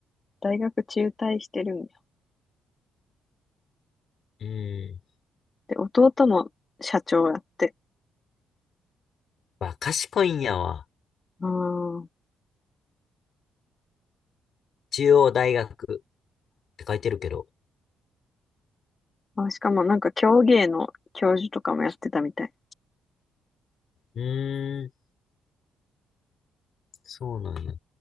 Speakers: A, on the left; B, on the left.
A: 大学中退してるんだよ。
B: うん。
A: で、弟も社長やって。
B: わ、賢いんやわ。
A: あー
B: 中央大学って書いてるけど。
A: あ、しかもなんか教芸の教授とかもやってたみたい。
B: うーん、そうなんや。